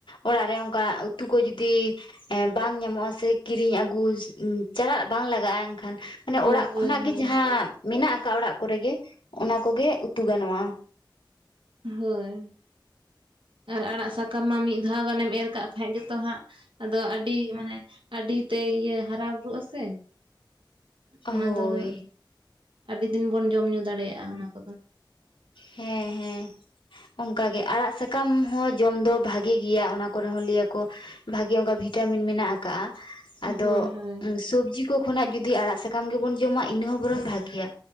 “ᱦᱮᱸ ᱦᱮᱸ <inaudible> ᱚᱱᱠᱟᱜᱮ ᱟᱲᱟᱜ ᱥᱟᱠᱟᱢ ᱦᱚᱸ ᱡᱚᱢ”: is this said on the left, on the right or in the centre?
Left